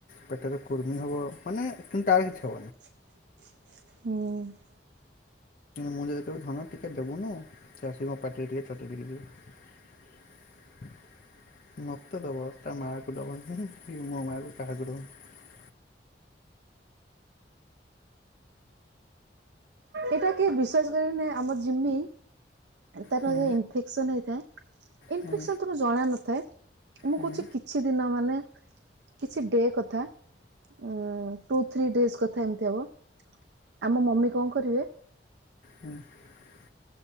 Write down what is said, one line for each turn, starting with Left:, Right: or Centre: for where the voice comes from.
Left: ପେଟରେ କୁର୍ମି ହବ ମାନେ କିନ୍ତୁ ଆଉ କିଛି ହବ।
Right: ହୁଁ,
Left: ମୁଁ ଯଦି ଧନ ଟିକେ ଦବୁନ <unintelligible> ପାଟିରେ ଟିକେ ଚଟିେଇ ଟିବି ମତେ ଦବ ତା ମାକୁ ଦବନି କି ମୋ ମ କାହାକୁଡ <unintelligible>
Right: ଏଇଟ କିଏ ବିଶ୍ୱାସ କରିନ ଆମର ଜିମି ତାର
Left: ହୁଁ
Right: ଯେଉଁ ଇନଫେକ୍ସନ୍ ହେଇଥାଏ, ଇନେସ
Left: ହୁଁ
Right: ତ ଜଣ ନଥାଏ ମୁଁ
Left: ହୁଁ।
Right: କହୁଛି କିଛି ଦିନ ମାନେ କିଛି ଡେ କଥା ହୁଁ ତୁ <inaudible> ଥ୍ରୀ ଡ୍ରିସ କଥା ଏମତି ହବ। ଆମ ମମି କଣ କରିବେ,
Left: ହୁଁ <unintelligible> <unintelligible>